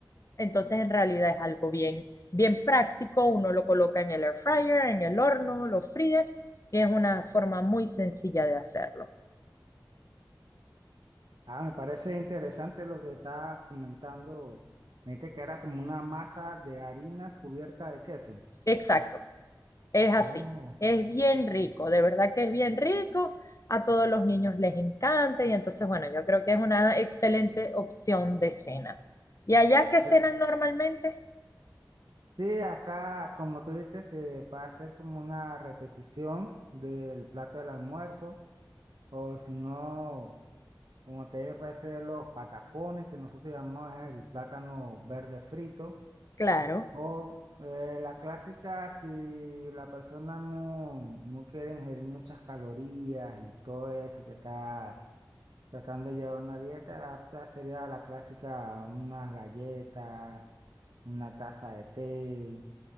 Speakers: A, on the left (about 45°); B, on the right (about 70°).
A: Entonces, en realidad es algo bien, bien práctico. Uno lo coloca en el air fryer, en el horno, lo fríe y es una forma muy sencilla de hacerlo.
B: Ah, me parece interesante lo que estás comentando. Me dijiste que era como una masa de harina cubierta de queso.
A: Exacto, es así.
B: Oh,
A: Es bien rico, de verdad que es bien rico. A todos los niños les encanta y entonces, bueno, yo creo que es una excelente opción de cena. ¿Y allá qué
B: pero
A: cenan normalmente?
B: sí, acá, como tú dijiste, se puede hacer como una repetición del plato del almuerzo, o si no, como te dije, puede ser los patacones, que nosotros llamamos el plátano verde frito,
A: Claro,
B: o eh, la clásica, si la persona no, no quiere ingerir muchas calorías y todo eso que está Tratando de llevar una dieta apta sería la clásica, unas galletas, una taza de té